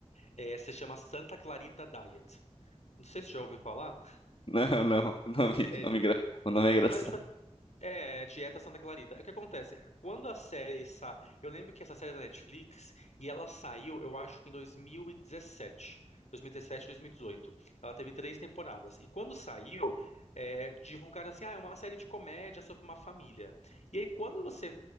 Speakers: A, on the left; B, on the left.
A: É, é, se chama Santa Clarita Diet. Não sei se já ouviu falar.
B: Não, não, o nome,
A: É,
B: nome, engra- o nome é engraçado.
A: mas, tipo é, Dieta Santa Clarita. É O que acontece? Quando a série sa... Eu lembro que essa série é da Netflix e ela saiu, eu acho que em dois dois dois mil mil e e mil e dezoito. Ela teve três temporadas. E quando saiu, é, divulgaram assim, ah, é uma série de comédia sobre uma família. E aí, quando você...